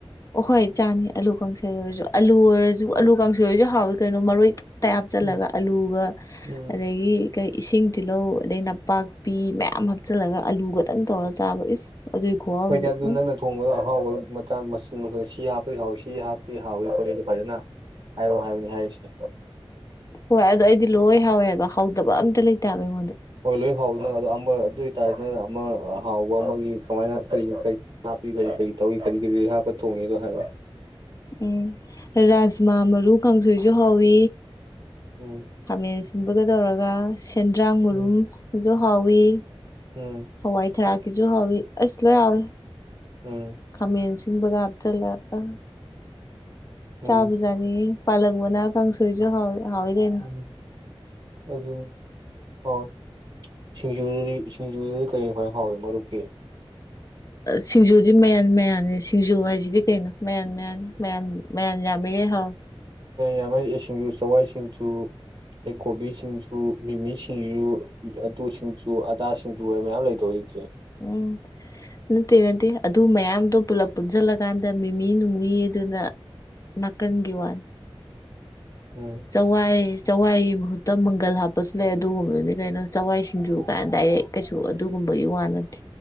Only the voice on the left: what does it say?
ꯑꯣꯍꯣꯏ ꯆꯥꯅꯤ ꯑꯂꯨ ꯀꯥꯡꯁꯩ ꯑꯣꯏꯔꯁꯨ ꯑꯥꯂꯨ ꯑꯣꯏꯔꯁꯨ ꯑꯥꯂꯨ ꯀꯥꯡꯁꯩ ꯑꯣꯏꯔꯁꯨ ꯍꯥꯎꯏ ꯀꯩꯅꯣ ꯃꯔꯣꯏ ꯇꯌꯥꯞ ꯆꯜꯂꯒ
ꯑꯂꯨꯒ
ꯑꯗꯒꯤ ꯏꯁꯤꯡ ꯇꯤꯜꯍꯧ ꯑꯗꯩ ꯅꯄꯥꯛꯄꯤ ꯃꯌꯥꯝ ꯍꯥꯞꯆꯤꯜꯂꯒ ꯑꯂꯨꯒꯗꯪ ꯇꯧꯔ ꯆꯥꯕ ꯏꯁ ꯑꯗꯨꯏ ꯈꯨꯍꯥꯎꯗꯤ
ꯎꯝ
ꯍꯣꯏ ꯑꯗꯣ ꯑꯩꯗꯤ ꯂꯣꯏ ꯍꯥꯎꯋꯦꯕ ꯍꯥꯎꯗꯕ ꯑꯝꯇ ꯂꯩꯇꯕ ꯑꯩꯉꯣꯟꯗ
ꯎꯝ ꯔꯥꯖꯃꯥ ꯃꯔꯨ ꯀꯥꯡꯁꯣꯏꯁꯨ ꯍꯥꯎꯋ
ꯈꯥꯃꯦꯟ ꯑꯁꯤꯟꯕꯗ ꯇꯧꯔꯒ ꯁꯦꯟꯗ꯭ꯔꯥꯡ ꯃꯔꯨꯝꯁꯨ
ꯍꯥꯎꯋꯤ
ꯍꯋꯥꯏ ꯊꯔꯥꯀꯤꯁꯨ ꯍꯋ ꯑꯁ ꯂꯣꯏꯋ
ꯈꯥꯃꯦꯟꯁꯤꯡꯕꯒ ꯍꯥꯞꯆꯜꯂꯒ
ꯆꯥ ꯕꯨꯖꯥꯅꯤ ꯄꯜꯛ ꯃꯅꯥ ꯀ ꯀꯥꯡꯥꯡꯁꯔꯤꯁꯨ ꯍ ꯍꯥꯎꯒꯩꯅ
ꯁꯤꯡꯖꯨꯗꯤ ꯃꯌꯥꯟ ꯃꯌꯥꯅꯤ ꯁꯤꯡꯖꯨ ꯍꯥꯏꯁꯤꯗꯤ ꯀꯩꯅꯣ ꯃꯌꯥꯟ ꯃꯌꯥꯅꯤ ꯃꯌꯥꯟ ꯃ ꯑꯟꯖꯃꯤ ꯍꯥꯎ
ꯎꯝ ꯅꯠꯇꯦ ꯅꯠꯇꯦ ꯑꯗꯨ ꯃꯌꯥꯝꯗꯣ ꯄꯨꯂꯞ ꯄꯨꯟꯁꯤꯜꯂꯀꯥꯟꯗ ꯃꯤꯃꯤ ꯅꯨꯡꯃꯤ ꯑꯗꯨꯅ ꯅꯥꯀꯟꯒꯤ ꯋꯥꯅꯤ
ꯆꯋꯥꯏ ꯆꯋꯥꯏꯒꯤ ꯃꯍꯨꯠꯇ ꯃꯪꯒꯜ ꯍꯥꯞꯄꯁꯨ ꯂꯩ ꯑꯗꯨꯒꯨꯝꯕꯗꯨꯗꯤ ꯀꯩꯅꯣ ꯆꯋꯥꯏ ꯁꯤꯡꯖꯨ ꯀꯥꯟꯗ ꯗꯥꯏꯔꯦꯛ ꯀꯩꯁꯨ ꯑꯗꯨꯒꯨꯝꯕꯒꯤ ꯋꯥ ꯅꯠꯇꯦ